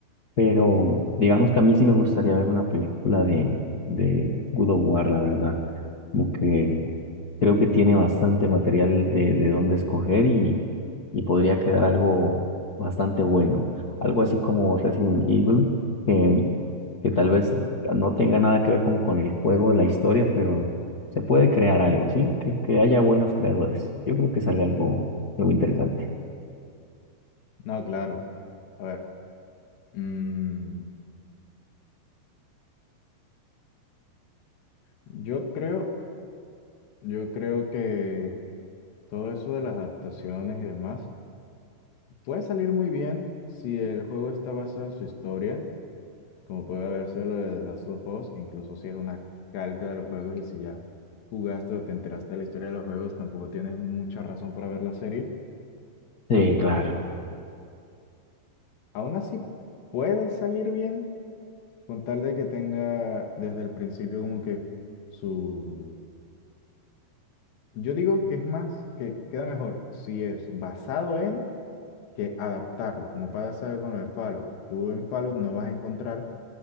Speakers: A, on the left; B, on the left.
A: pero digamos que a mí sí me gustaría ver una película de, de God of War, la verdad. Como que creo que tiene bastante material de, de dónde escoger y, y podría quedar algo bastante bueno. Algo así como Resident Evil, que, que tal vez no tenga nada que ver como con el juego, la historia, pero se puede crear algo, ¿sí? Que, que haya buenos creadores. Yo creo que sale algo, algo interesante.
B: No, claro. A ver. mm, yo creo, yo creo que todo eso de las adaptaciones y demás puede salir muy bien si el juego está basado en su historia, como puede haber sido lo de The Last of Us, incluso si es una calca de los juegos y si ya jugaste o te enteraste de la historia de los juegos, tampoco tienes mucha razón para ver la serie.
A: Sí, claro.
B: eh, Aún así, puede salir bien con tal de que tenga desde el principio como que su... Yo digo que es más, que queda mejor si es basado en que adaptarlo, como pasa con lo de Fallout. Tú en Fallout no vas a encontrar